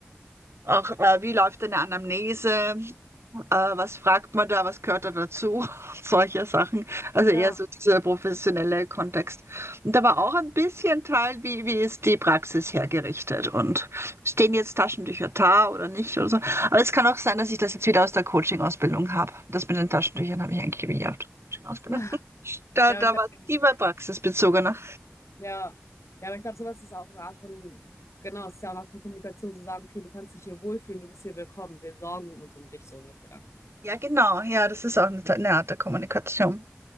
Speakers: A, on the right (about 65°); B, on the left (about 75°).
A: auch, äh, wie läuft eine Anamnese, Äh, was fragt man da, was gehört da dazu? <laughs> Solche Sachen. Also eher
B: Ja.
A: so dieser professionelle Kontext. Und aber auch ein bisschen Teil, wie, wie ist die Praxis hergerichtet und stehen jetzt Taschentücher da oder nicht oder so. Aber es kann auch sein, dass ich das jetzt wieder aus der Coaching-Ausbildung habe. Das mit den Taschentüchern habe ich eigentlich wieder aus der Coaching-Ausbildung.
B: <laughs>
A: <laughs> Da,
B: Ja,
A: da
B: aber ich habe
A: war es
B: keine Idee.
A: immer praxisbezogener.
B: Ja, ja, aber ich glaube, sowas ist auch eine Art von, genau, es ist ja auch eine Art von Kommunikation, zu sagen, okay, du kannst dich hier wohlfühlen, du bist hier willkommen, wir sorgen uns um dich so ungefähr.
A: Ja, genau. Ja, das ist auch eine, eine Art der Kommunikation.